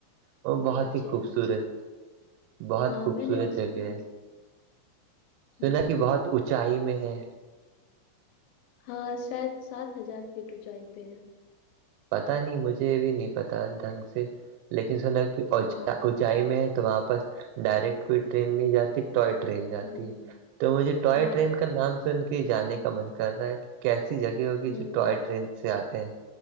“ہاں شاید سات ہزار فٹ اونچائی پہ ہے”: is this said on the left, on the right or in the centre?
Left